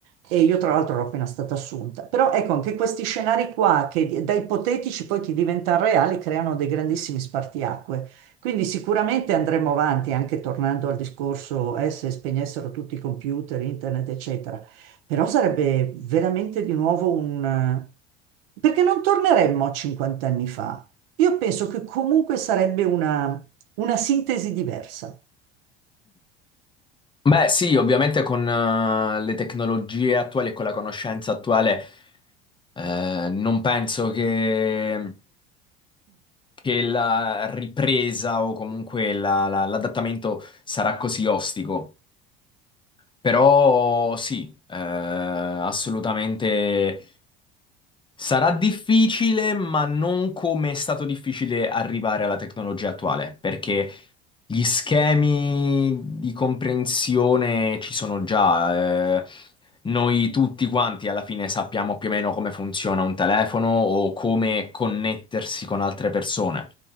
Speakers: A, on the right (about 75°); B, on the left (about 15°).
A: E io tra l'altro ero appena stata assunta. Però ecco, anche questi scenari qua, che da ipotetici poi ti diventano reali, creano dei grandissimi spartiacque. Quindi sicuramente andremo avanti, anche tornando al discorso, eh, se spegnessero tutti i computer, internet, eccetera. Però sarebbe veramente di nuovo un... Perché non torneremmo a 50 anni fa. Io penso che comunque sarebbe una, una sintesi diversa.
B: Beh, sì, ovviamente con eh, le tecnologie attuali e con la conoscenza attuale, eh, non penso che, che la ripresa o comunque la- la- l'adattamento sarà così ostico. Però sì, eh, assolutamente sarà difficile, ma non come è stato difficile arrivare alla tecnologia attuale, perché gli schemi di comprensione ci sono già. eh, noi tutti quanti alla fine sappiamo più o meno come funziona un telefono o come connettersi con altre persone.